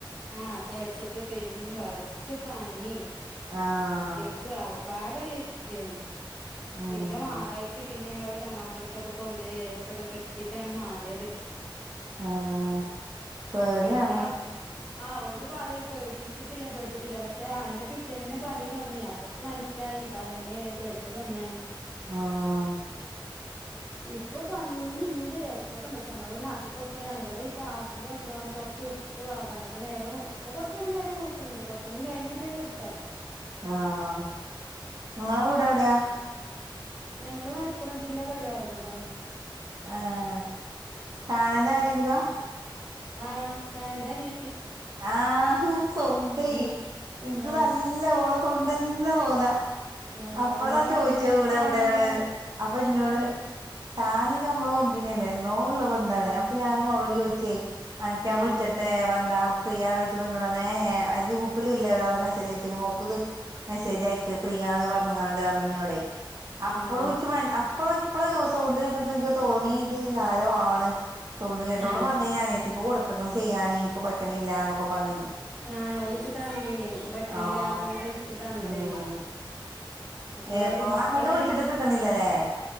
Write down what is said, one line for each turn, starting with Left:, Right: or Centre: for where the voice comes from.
Centre: ഉം പേടിച്ചിട്ട് പെരും വേറെച്ച് പനിയും.
Right: ആഹ്
Centre: ക്ക് ആകപ്പാടെ ഒരു ഇത് തന്നെ
Right: ഉം
Centre: പിന്നെ മാറായിട്ട് പി ഞങ്ങടെ തങ്ങമാരത്തൊക്കെ കൊണ്ട് പോയി ഏലസൊക്കെ കെട്ടിട്ടാണ് മാറിയത്.
Right: ആഹ് പേടിയാണ്.
Centre: രണ്ടാൾ ആഹ് ഓര് പറയും പേടിച്ചിട്ടില്ല പേടിച്ചിട്ടില്ല, പക്ഷെ അയിന്റെ പിറ്റേന്നന്നെ പനി തുടങ്ങി. അപ്പൊ മനസ്സിലായി ഇതാത് തന്നെയായി പേടിച്ച പനിയാണ്.
Right: ആഹ്
Centre: ഇപ്പൊ പന്നിണ്ട് എടക്കൊക്കെണ്ട് പക്ഷെ ഞങ്ങളിവിടന്ന് ആക്കി കൊടുക്കലാണ് ഇവിടെ ഈ പാടത്തിന്റെ വാക്കിനാടുന്ന് കൊറച്ച് മുട്ടു പാകണം അപ്പ നേരം ഇപ്പൊ കൊറച്ചൊക്കെ നേരം വെളുക്കണുണ്ട് കൊറച്ചൂടി കഴിഞ്ഞാ പിന്നെ വൃത്താക്കാം
Right: ആഹ് ങ്ങളെ വിടെ എവിടെയാ
Centre: ഞങ്ങള് മലപ്പുറം ജില്ല കരുവാര കൊണ്ടാണ്
Right: ആഹ്‌ ഷാനന്റെ ആരെങ്കിലുവാ
Centre: ആഹ് ശാന്തന്
Right: ആഹ്‌ സൗണ്ടേയ്
Centre: ഉം
Right: ഇത്
Centre: ആഹ്
Right: നല്ല ഓള സൗണ്ടന്നെ തോന്നാ
Centre: ആഹ്
Right: അപ്പൊളാ
Centre: ഇങ്ങള്
Right: ചോയിച്ചേ
Centre: എങ്ങനെ
Right: ഇവിടെ
Centre: ഷാനെ
Right: എവിടെയാണ്
Centre: അറിയാ
Right: അപ്പൊ
Centre: ഷാനെ
Right: ഇന്നോട്
Centre: അറിയാ
Right: ഷാന് നമ്മള് കമ്പനിയല്ലേ ഴോ ഒള്ള ബന്ധാണ്
Centre: ഉം
Right: അപ്പൊ ഞാന് ഓളോട് ചോദിച്ചേ <unintelligible> വിളിച്ചിട്ടെ
Centre: ആഹ്
Right: വന്താ ഫ്രീ ആണോയ്ച്ചപ്പ ന്നോടർഞ്ഞൂ ഏ ഏ കൂപ്പിലുംല്ലേ ഒരാൾ മെസ്സജ്യച്ച നോക്ക് മെസേജ് അയക്ക് ഫ്രീ ന്ന് ങ്ങാണ്ട് <unintelligible> ഞ്ഞിവിടെ അപ്പൊളൊച്ച
Centre: ആഹ്
Right: അപ്പൊള് ഇപ്പളെ ദിവസൗണ്ട് കേട്ടപ്പോ എനിക്ക് തോന്നിത് ആരോ ആണ് സൗണ്ട് കേട്ടോള്
Centre: ആഹ്
Right: പറഞ്ഞ് ഞാന് അനിയത്തിക്ക് കൊടുത്തക്കണ് ചെയ്യാന് എനക്ക് പറ്റണില്ലാന്നൊക്കെ പറഞ്ഞേന്
Centre: ആഹ്‌ ഒളിച്ചു താങ്ങീനെ ഓക്ക് പറ്റണില്ലാന്നൊക്കാണ്ട്
Right: ആഹ്
Centre: എക്ക് തന്നതേനു
Right: ഉം
Centre: അപ്പൊ ഇവിടൊക്കെ
Right: ഏപ്പൊ
Centre: മക്കള
Right: അങ്ങട്ട് വിളിച്ചിട്ട്
Centre: എടയില്
Right: കിട്ടണില്ലല്ലേ